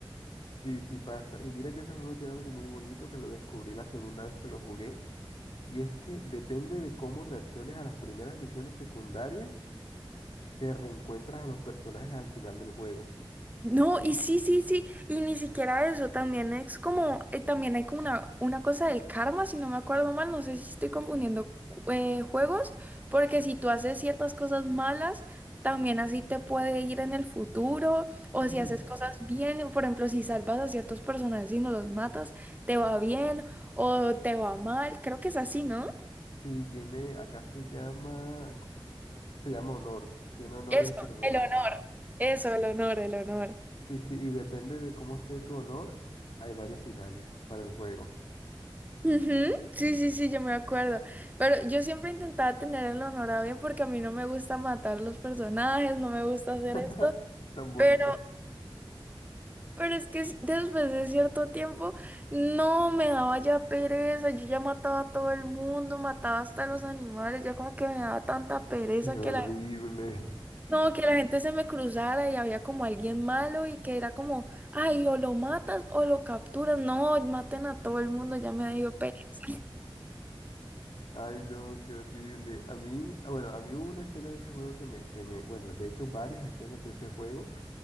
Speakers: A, on the left; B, on the right.
A: Sí, sí pasa. Y mira que ese juego tiene algo muy bonito que lo descubrí la segunda vez que lo jugué. Y es que depende de cómo reacciones a las primeras misiones secundarias, te reencuentras a los personajes al final del juego.
B: No, y sí, sí, sí, y ni siquiera eso, también es como, eh, también hay como una, una cosa del karma, si no me acuerdo mal, no sé si estoy confundiendo cu- eh, juegos, porque si tú haces ciertas cosas malas, también así te puede ir en el futuro, o
A: Mm.
B: si haces cosas bien, por ejemplo, si salvas a ciertos personajes y no los matas, te va bien o te va mal, creo que es así, ¿no?
A: Sí, tiene, acá se llama, ¿cómo se llama? Se llama honor, tiene honor
B: Eso,
A: el personaje.
B: el honor, eso, el honor, el honor.
A: Sí, sí, y depende de cómo esté tu honor, hay varios finales para el juego.
B: Ujú, Sí, sí, sí, yo me acuerdo. Pero yo siempre intentaba tener el honor porque a mí no me gusta matar los personajes, no me gusta hacer
A: <laughs>
B: esto.
A: Tan bonita.
B: Pero, pero es que s- después de cierto tiempo, no me daba ya pereza. Yo ya mataba a todo el mundo, mataba hasta los animales. Ya como que me daba tanta pereza
A: Qué horrible.
B: que la, no, que la gente se me cruzara y había como alguien malo y que era como, ay, o lo matas o lo capturas. No, maten a todo el mundo, ya me dio pereza.
A: <laughs> Ay, no, qué horrible. A mí, ah, bueno, a mí hubo una escena de ese juego que me, que me, bueno, de hecho varias escenas de ese juego